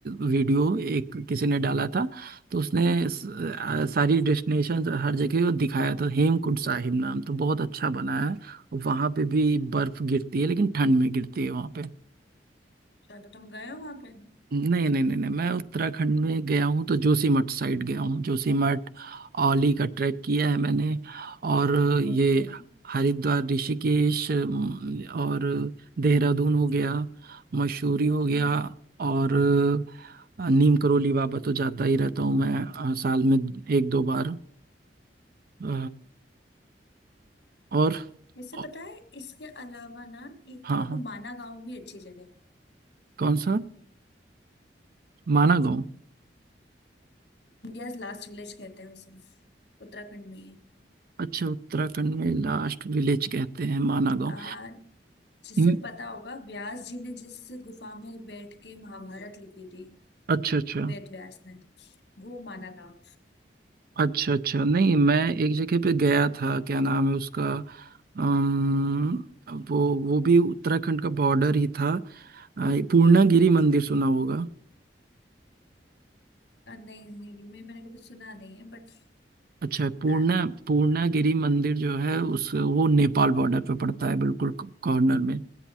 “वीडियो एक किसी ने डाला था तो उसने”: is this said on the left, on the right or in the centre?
Right